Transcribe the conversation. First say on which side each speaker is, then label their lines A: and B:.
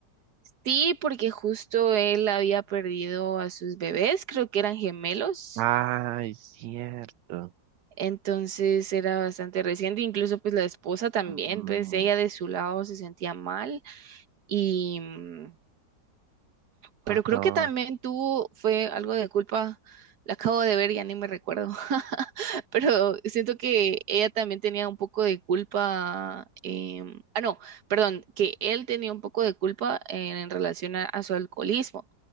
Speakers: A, on the right; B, on the right.
A: Sí, porque justo él había perdido a sus bebés, creo que eran gemelos.
B: Ah, es cierto.
A: Entonces era bastante reciente, incluso pues la esposa también,
B: Ujú,
A: pues ella de su lado se sentía mal y mm, pero
B: Ajá.
A: creo que también tuvo fue algo de culpa. La acabo de ver, ya ni me recuerdo. <laughs> Pero siento que ella también tenía un poco de culpa. em, ah, no, perdón, que él tenía un poco de culpa en, en relación a, a su alcoholismo.